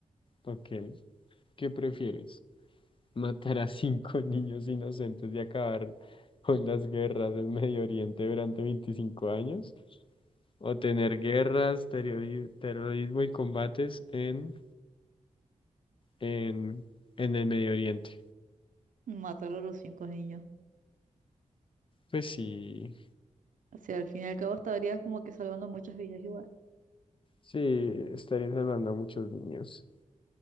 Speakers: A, on the left; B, on the right.
A: Ok. ¿Qué prefieres? ¿Matar a cinco <laughs> niños inocentes y acabar con las guerras en Medio Oriente durante 25 años? ¿O tener guerras, terrori- terrorismo y combates en, en, en el Medio Oriente?
B: Mataron a los cinco niños.
A: Pues sí,
B: O sea, al fin y al cabo estarías como que salvando muchas vidas igual.
A: Sí, estaría salvando a muchos niños.